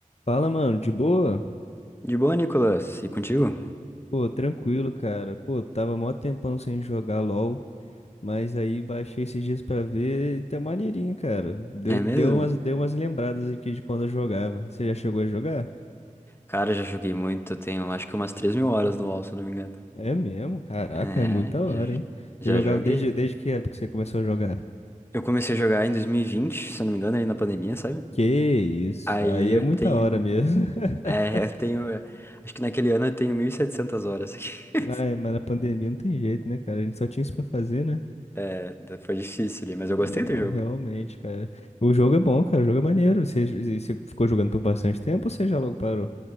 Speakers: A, on the left; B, on the left.
A: Fala, mano, de boa?
B: De boa, Nicolas? E contigo?
A: Pô, tranquilo, cara. Pô, tava mó tempão sem jogar LOL, mas aí baixei esses dias pra ver e tá maneirinho, cara. Deu,
B: É
A: deu
B: mesmo?
A: umas, deu umas lembradas aqui de quando eu jogava. Você já chegou a jogar?
B: Cara, já joguei muito, tenho acho que umas três mil horas no LoL, se eu não me engano.
A: É mesmo? Caraca,
B: É,
A: é muita hora,
B: já,
A: hein?
B: já
A: Você jogava
B: joguei.
A: desde, desde que época que você começou a jogar?
B: Eu comecei a jogar em 2020, se eu não me engano, aí na pandemia, sabe?
A: Que isso,
B: Aí
A: aí
B: eu
A: é muita
B: tenho.
A: hora mesmo. <laughs>
B: É, <laughs> eu tenho. é, Acho que naquele ano eu tenho 1.700 horas. <laughs>
A: Ah, é, mas na pandemia não tem jeito, né, cara? A gente só tinha isso pra fazer, né?
B: É, então foi difícil ali, mas eu gostei
A: Não,
B: do jogo.
A: realmente, cara. O jogo é bom, cara. O jogo é maneiro. Você, e você ficou jogando por bastante tempo ou você já logo parou?